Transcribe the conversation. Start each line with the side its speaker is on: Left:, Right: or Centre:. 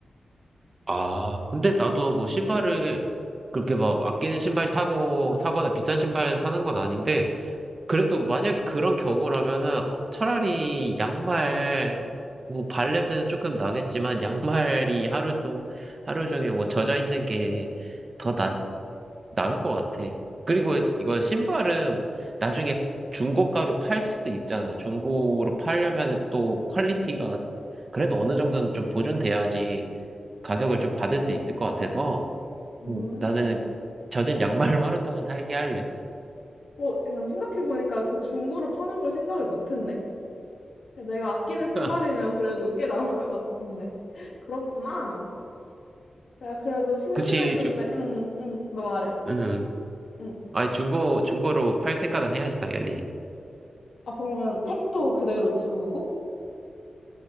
Right: 아, 근데 나도 뭐 신발을 그렇게 막 아끼는 신발 사고, 사거나 비싼 신발 사는 건 아닌데, 그래도 만약에 그런 경우라면은 차라리 양말, 뭐 발냄새는 조금 나겠지만, 양말이 하루 동, 하루 종일 뭐 젖어 있는 게 더 나, 나을 것 같아. 그리고 이거 신발은 나중에 중고가로 팔 수도 있잖아. 중고로 팔려면은 또 퀄리티가 그래도 어느 정도는 좀 보존돼야지. 가격을 좀 받을 수 있을 것 같아서
Left: 음.
Right: 음. 나는 젖은 양말로 <laughs> 하루 동안 살게 할래.
Left: 뭐, 그냥 생각해보니까 그 중고로 파는 걸 생각을 못했네. 내가 아끼는 신발이면
Right: <laughs>
Left: 그래도 꽤 나올 것 같은데. <laughs> 그렇구나. 내가 그래도 심심했는데,
Right: 그치, 주,
Left: 응, 응, 너 말해.
Right: 음.
Left: 응.
Right: 아니, 중고, 중고로 팔 생각은 해야지, 당연히.
Left: 아, 그러면 택도 그대로 두고?